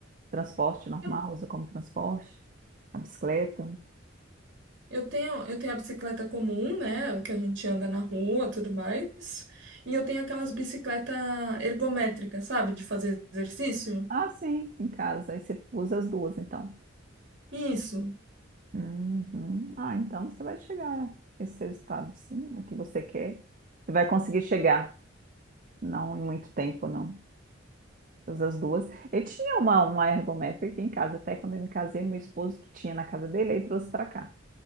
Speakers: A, on the right; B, on the right.
A: transporte normal,
B: Eu
A: usa como transporte, a bicicleta.
B: eu tenho, eu tenho a bicicleta comum, né, que a gente anda na rua, tudo mais, e eu tenho aquelas bicicletas ergométricas, sabe, de fazer exercício.
A: Ah, sim, em casa. Aí você usa as duas, então.
B: Isso.
A: Uhum. Ah, então você vai chegar a esse resultado, sim, o que você quer. Você vai conseguir chegar, não em muito tempo, não. Todas As duas. Eu tinha uma, uma ergométrica aqui em casa, até quando eu me casei, meu esposo que tinha na casa dele, aí trouxe para cá.